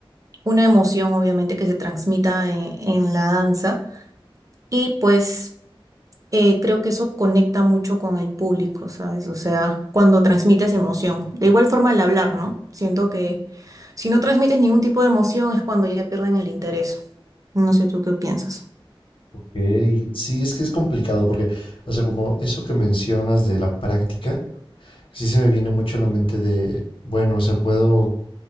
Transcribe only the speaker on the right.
una emoción, obviamente, que se transmita en, en la danza y pues eh, creo que eso conecta mucho con el público, ¿sabes? O sea, cuando transmites emoción. De igual forma el hablar, ¿no? Siento que si no transmites ningún tipo de emoción es cuando ya pierden el interés. No sé tú qué piensas.